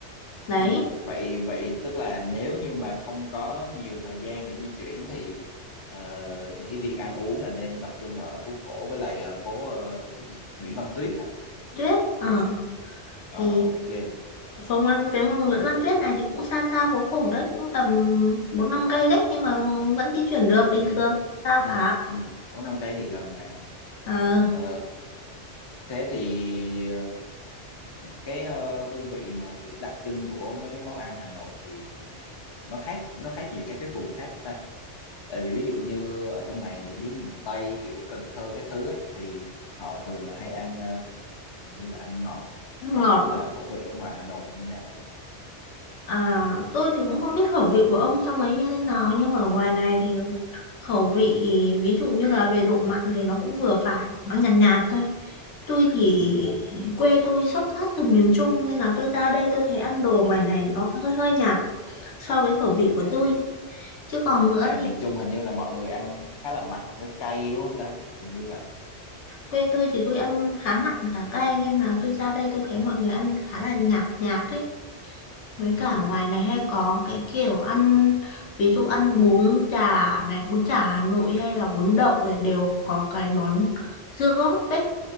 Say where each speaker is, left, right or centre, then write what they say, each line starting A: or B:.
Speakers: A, on the left; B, on the left.
A: đấy
B: ừ vậy vậy tức là nếu như mà không có nhiều thời gian để di chuyển thì ờ, thì cái việc ăn uống là nên tập trung ở phố cổ với lại ờ, phố ờ, cái gì Nguyễn Văn Tuyết hả
A: tuyết ờ thì
B: ờ ok
A: phòng ăn phía Nguyễn Văn Tuyết này thì cũng xa xa phố cổ đấy cũng tầm bốn năm cây đấy nhưng mà vẫn di chuyển được bình
B: ừ
A: thường không sao
B: ừ
A: cả
B: ừ bốn năm cây thì gần mà
A: Ờ,
B: ờ, thế thì ờ, cái ờ, hương vị mà kiểu đặc trưng của mấy cái món ăn Hà Nội thì nó khác nó khác nhiều các cái vùng khác ta tại vì ví dụ như ở trong này thì dưới miền Tây kiểu Cần Thơ cái thứ ấy thì họ thường là hay ăn ờ, hình như là ăn ngọt
A: ăn
B: còn
A: ngọt
B: không biết là khẩu vị ở ngoài Hà Nội thì như nào ta
A: à, tôi thì cũng không biết khẩu vị của ông trong ấy như thế nào nhưng mà ở ngoài này thì khẩu vị ví dụ như là về độ mặn thì nó cũng vừa phải nó nhạt nhạt thôi tôi thì
B: ừ
A: quê tôi xuất phát từ miền Trung nên là tôi ra đây tôi thấy ăn đồ ngoài này nó hơi hơi nhạt so với khẩu vị của
B: à,
A: tôi chứ còn nữa
B: à
A: thì
B: miền Trung hình như là mọi người ăn khá là mặn với cay đúng không ta hình như vậy
A: quê tôi thì tôi ăn khá mặn khá cay nên là tôi ra đây tôi thấy mọi người ăn khá là nhạt nhạt ấy với
B: ừ
A: cả ngoài này hay có cái kiểu ăn ví dụ ăn bún chả này bún chả Hà Nội hay là bún đậu thì đều có cái món dưa góp ấy